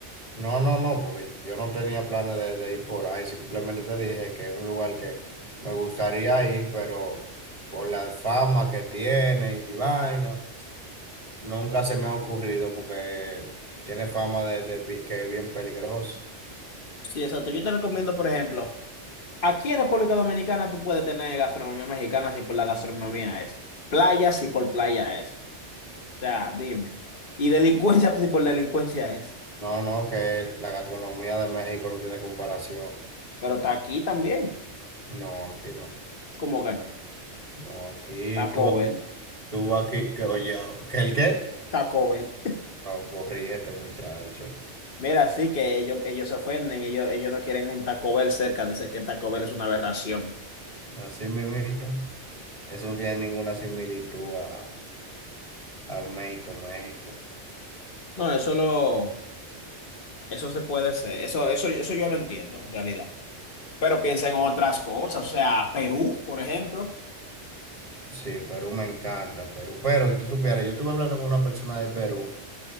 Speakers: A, on the right; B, on the left.
A: No, no, no, porque yo no tenía planes de, de ir por ahí, simplemente te dije que es un lugar que me gustaría ir, pero por la fama que tiene y vaina, nunca se me ha ocurrido porque tiene fama de, de bi- que es bien peligroso.
B: Sí, exacto. Yo te recomiendo, por ejemplo, aquí en República Dominicana tú puedes tener gastronomía mexicana si por la gastronomía es, playa si por playa es, o sea, dime. Y delincuencia <laughs> si por delincuencia es,
A: No, no, que la gastronomía de México no tiene comparación.
B: pero está aquí también,
A: No, aquí no.
B: como que no.
A: No, aquí
B: Taco
A: tú vas.
B: Bell.
A: Tú vas aquí, que oye, ¿que el qué?
B: Taco Bell.
A: No, corrígete, muchacho.
B: Mira, sí que ellos, ellos se ofenden, ellos, ellos no quieren un Taco Bell cerca, dicen que Taco Bell es una aberración.
A: Así mismito. Eso no tiene ninguna similitud a, a México, México.
B: No, eso lo, eso se puede ser, eso, eso, eso yo lo entiendo en realidad. Pero piensa en otras cosas, o sea, Perú, por ejemplo,
A: Sí, Perú me encanta, Perú. Pero si tú supieras, yo estuve hablando con una persona de Perú